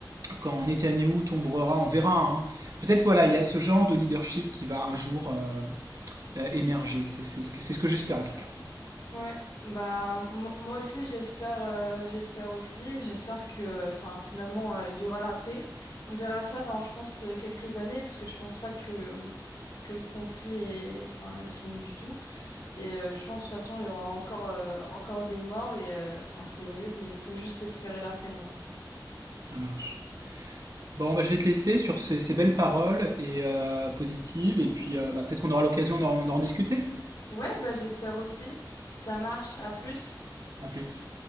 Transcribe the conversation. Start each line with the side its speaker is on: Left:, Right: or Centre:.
Right: quand Netanyahou tombera, on verra. hein. Peut-être voilà, il y a ce genre de leadership qui va un jour euh, euh, émerger. C'est c'est ce que, c'est ce que j'espère en tout cas.
Left: Ouais, bah mo- moi aussi j'espère euh, j'espère aussi, j'espère que enfin finalement euh, il y aura la paix. On verra ça dans je pense euh, quelques années parce que je pense pas que que le conflit est enfin est fini du tout et euh, je pense de toute façon il y aura encore euh, encore des morts et euh, enfin c'est horrible et il faut juste espérer la paix en vrai.
Right: Ça marche. Bon, bah, je vais te laisser sur ces, ces belles paroles et euh, positives, et puis euh, bah, peut-être qu'on aura l'occasion d'en d'en discuter.
Left: Ouais, bah j'espère aussi. Ça marche, à plus.
Right: À plus.